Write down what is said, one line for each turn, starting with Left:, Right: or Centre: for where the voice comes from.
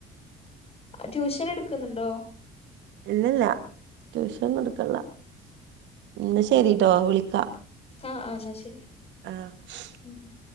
Left: ട്യൂഷനെട്ക്ക്ന്ന്ണ്ടോ
Right: ഇല്ലല്ല ട്യൂഷൻ കൊട്ക്ക്ല്ല എന്ന ശരീട്ടോ വിളിക്കാ
Left: ആ ആ എന്നാ ശരി
Right: ആഹ്
Left: മ്